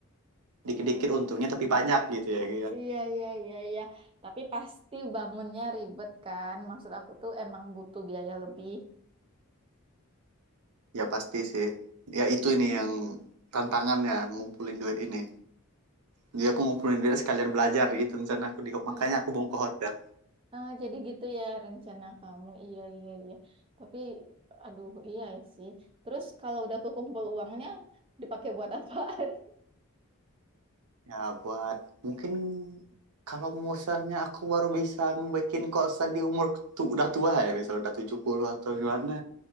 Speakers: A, on the right; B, on the right.
A: dikit-dikit
B: Mm-mm.
A: untungnya tapi banyak gitu ya ya,
B: Iya, iya, iya, iya. Tapi pasti bangunnya ribet kan. Maksud aku tuh emang butuh biaya lebih.
A: ya pasti sih ya itu ini yang tantangannya ngumpulin duit ini jadi aku ngumpulin duit sekalian belajar gitu misalnya aku di
B: Mm-mm.
A: makanya aku mau ke hotel
B: Ah, jadi gitu ya rencana kamu. Iya, iya, iya. Tapi, aduh, iya sih. Terus kalau udah kekumpul uangnya, dipakai buat apaan?
A: ya buat mungkin kalau misalnya aku baru bisa bikin kosan di umur tu, udah tua ya misalnya udah 70 atau gimana